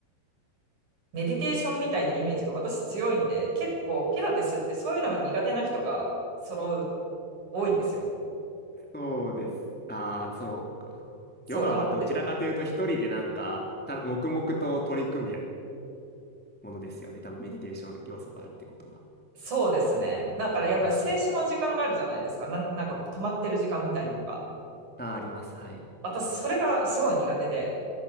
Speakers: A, on the right; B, in the centre.
A: メディテーションみたいなイメージが私強いんで、結構ピラティスってそういうのが苦手な人が揃う、多いんですよ。
B: そうです。ああ、そうか。
A: そう、
B: ヨガはどちらかというと一人でなんか、
A: がっつり。
B: た、黙々と取り組むやものですよね。多分メディテーション要素があるってことは。
A: そうですね。だからやっぱり静止の時間があるじゃないですか。
B: うん。
A: なん、なんかこう止まってる時間みたいなのが。
B: あー、あります。はい。
A: 私、それがすごい苦手で、